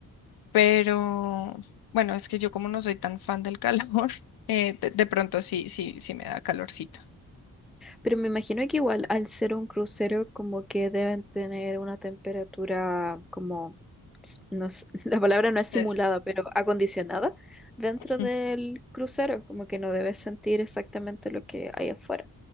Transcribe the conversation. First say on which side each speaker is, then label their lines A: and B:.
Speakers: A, on the left; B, in the centre.
A: pero bueno, es que yo como no soy tan fan del calor, <laughs> eh, de, de pronto sí, sí, sí me da calorcito.
B: Pero me imagino que igual al ser un crucero como que deben tener una temperatura como, s- no s- <laughs> la palabra no es simulada,
A: Entonces,
B: pero acondicionada dentro
A: ujú.
B: del crucero, como que no debes sentir exactamente lo que hay afuera,